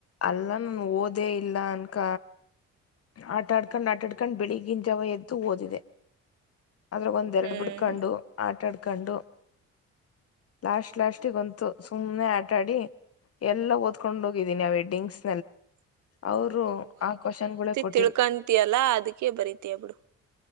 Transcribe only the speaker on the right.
ಹ್ಮ್
ತಿಳ್ಕೊಂತಯಲ್ಲಾ ಅದಕ್ಕೆ ಬರತಯ ಬಿಡು